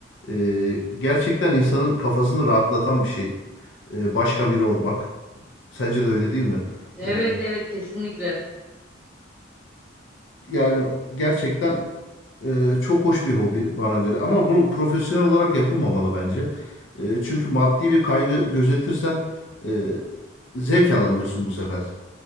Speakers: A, on the left; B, in the centre.
A: Ee, gerçekten insanın kafasını rahatlatan bir şey. Ee, başka biri olmak. Sence de öyle değil mi?
B: Evet
A: Yani
B: evet kesinlikle.
A: yani gerçekten e, çok hoş bir hobi bana göre ama bunu profesyonel olarak yapılmamalı bence. E, çünkü maddi bir kaygı gözetirsen e, zevk alamıyorsun bu sefer.